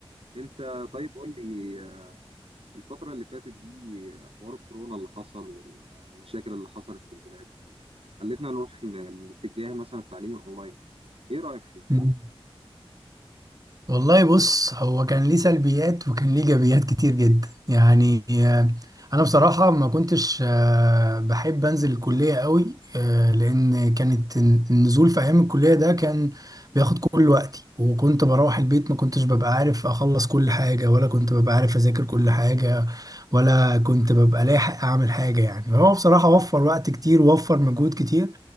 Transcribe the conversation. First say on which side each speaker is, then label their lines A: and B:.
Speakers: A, on the right; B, on the right.
A: انت طيب قول لي آه، الفترة اللي فاتت دي آه، حوار الكورونا اللي حصل والمشاكل اللي حصلت في البلاد خلتنا نروح ن- لاتجاه مثلا التعليم الاونلاين ايه رأيك فيه؟
B: امم والله بص هو كان ليه سلبيات وكان ليه ايجابيات كتير جدا يعني آه، انا بصراحه ما كنتش آه، بحب انزل الكليه قوي آه، لان كانت الن- النزول في ايام الكليه ده كان بياخد كل وقتي وكنت بروح البيت ما كنتش ببقى عارف اخلص كل حاجه ولا كنت ببقى عارف اذاكر كل حاجه ولا كنت ببقى لاحق اعمل حاجه يعني هو بصراحه وفر وقت كتير ووفر مجهود كتير